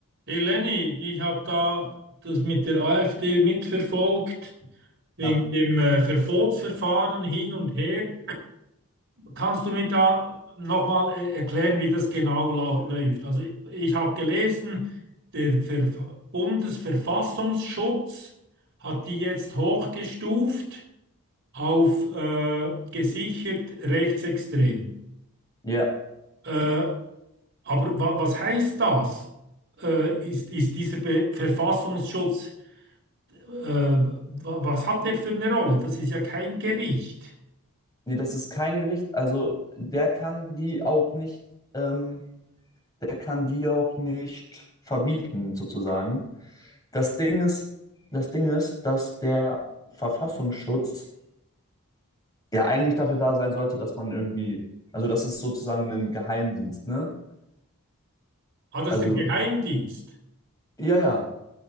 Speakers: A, on the right; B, on the left.
A: Hey Lenny, ich habe da das mit der AfD mitverfolgt, wegen
B: Ja.
A: dem äh, Verbotsverfahren hin und her. Kannst du mir da nochmal äh, erklären, wie das genau lau- läuft? Also ich habe gelesen, der Ver Bundesverfassungsschutz hat die jetzt hochgestuft auf äh, gesichert rechtsextrem.
B: Ja,
A: Äh, aber wa was heißt das? Äh, ist, ist dieser Be Verfassungsschutz Äh, wa- was hat der für eine Rolle? Das ist ja kein Gericht.
B: nee, das ist kein Gericht. Also der kann die auch nicht, ähm, der kann die auch nicht verbieten, sozusagen. Das Ding ist, das Ding ist, dass der Verfassungsschutz ja eigentlich dafür da sein sollte, dass man irgendwie, also das ist sozusagen ein Geheimdienst, ne?
A: Ah, das
B: Also,
A: ist der Geheimdienst.
B: ja, ja.